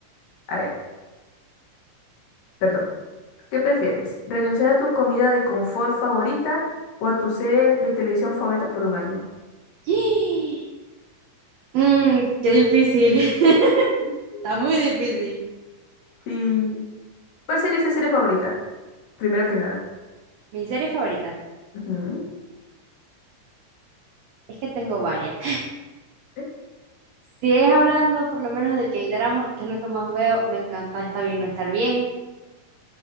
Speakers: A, on the left; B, on the right.
A: a ver, perdón. ¿Qué prefieres? ¿Renunciar a tu comida de confort favorita o a tu serie de televisión favorita por un año?
B: <gasps> Mm, qué difícil. <laughs>
A: <laughs>
B: Está muy difícil.
A: Sí. ¿Cuál sería esa serie favorita? Primero que nada.
B: Mi serie favorita.
A: Ujú.
B: Es que tengo varias.
A: ¿Eh?
B: Si es hablando por lo menos de K-dramas, que es lo que más veo, me encanta Está bien no estar bien.